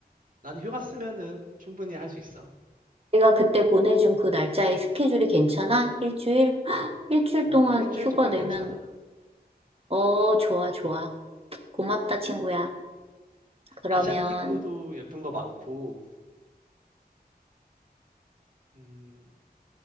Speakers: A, on the right (about 55°); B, on the right (about 35°).
A: 난 휴가 쓰면은 충분히 할 수 있어.
B: 내가 그때 보내준 그 날짜에 스케줄이 괜찮아? 일주일? 일주일
A: 어,
B: 동안
A: 일주일
B: 휴가
A: 정말
B: 내면
A: 괜찮아.
B: 어, 좋아, 좋아. 고맙다, 친구야. 그러면
A: 아시안티크도 예쁜 거 많고, 음,